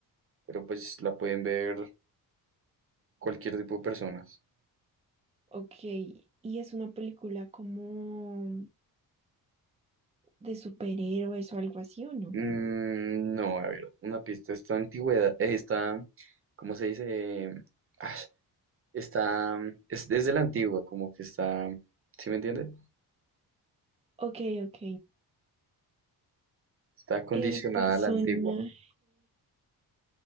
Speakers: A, on the right (about 35°); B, on the right (about 15°).
A: pero pues la pueden ver cualquier tipo de personas.
B: Ok, ¿y es una película como de superhéroes o algo así o no?
A: Mm, no, a ver, una pista, esta antigüedad, eh, esta, ¿cómo se dice? Ah, está, es desde la antigua, como que está, ¿sí me entiendes?
B: Ok, ok.
A: Está condicionada
B: ¿El personaje
A: a la antigua.